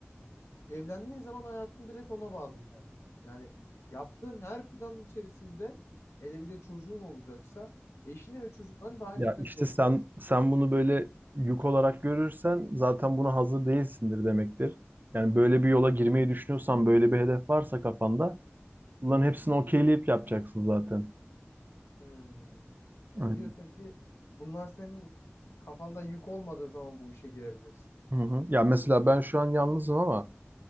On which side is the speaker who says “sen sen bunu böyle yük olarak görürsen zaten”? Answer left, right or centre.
Right